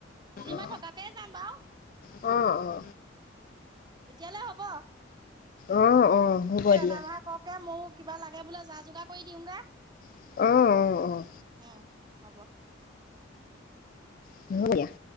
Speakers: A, on the right (about 20°); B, on the left (about 45°).
A: দুদিনমান
B: অ',
A: থকাকে যাম বাৰু।
B: অ অ্
A: উম উম এতিয়ালৈ হ'ব
B: অ', অ', হ'ব
A: আপুনি ৰন্ধা
B: দিয়া।
A: বঢ়া কৰক গে ময়ো কিবা লাগে বোলে যা যোগাৰ কৰি দিওঁগে।
B: অ', অ', অ',
A: উ উ হ'ব।
B: সেয়া -